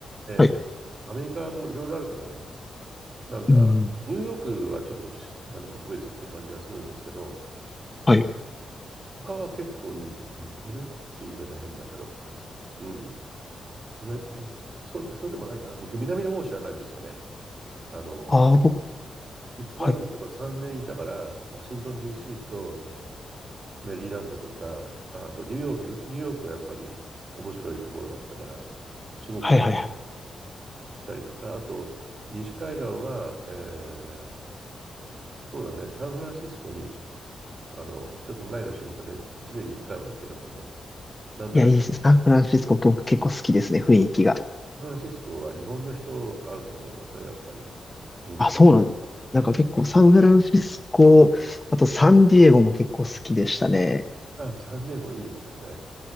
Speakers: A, on the right; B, on the left.
A: ええ、
B: はい。
A: アメリカもいろいろあるからね、なんか、
B: うん。
A: ニューヨークはちょっと不思あの特別って感じがするんですけど、
B: はい。
A: 他は結構に似てるっていう言い方変だけど、うん、ね、そうで、そうでもないかな。僕、南の方知らないんですよね。あの、
B: ああ、僕、
A: ピッツバーグにだから3年いたから、
B: はい。
A: ワシントン DC とメリーランドとか、ああとニューヨーク、ニューヨークはやっぱり面白いところだったから、4、5回行
B: はいはいはい。
A: ったりとか、あと、西海岸は、えーそうだね、サンフランシスコに、あの、一つ前の仕事で1年に1回は行ってたので、なんとなく、
B: いや、いいです。サンフランシスコ、僕結構好きですね、雰囲気が。
A: サンフランシスコは日本の人会うと思いますよ、やっぱり。うん。
B: あ、そうなんですね。なんか結構サンフランシスコ、
A: うん。
B: あとサンディエゴも結構好きでしたね。
A: あ、サンディエゴいいですよね。